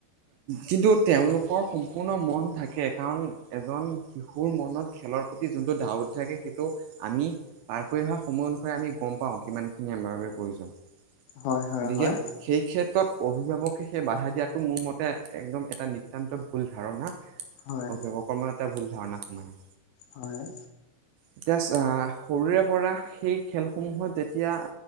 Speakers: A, on the right; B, on the left.
A: কিন্তু তেওঁ লোকৰ সম্পুৰ্ণ- মন থাকে কাৰণ এজন শিশুৰ মনত খেলৰ প্ৰতি যোনটো ধাউতি থাকে সেইটো- আমি পাৰ কৰি অহা সময় অনুসৰি আমি গম পাও কিমান খিনি আমাৰ বাবে প্ৰয়োজন।
B: হয় হয়
A: গতিকে
B: হয়
A: সেই ক্ষেত্ৰত অভিভাৱকে সেই বাধা দিয়াাতটো মোৰ মতে একদম এটা ন- অতয়ানন্ত ভুল ধাৰণা
B: হয়
A: অভিভাৱকৰ মন এটা ভুল ধাৰণা সোমায়।
B: হয় হয়
A: এতিয়া চা সৰুৰে পৰা সেই খেলসমূহত যেতিয়া-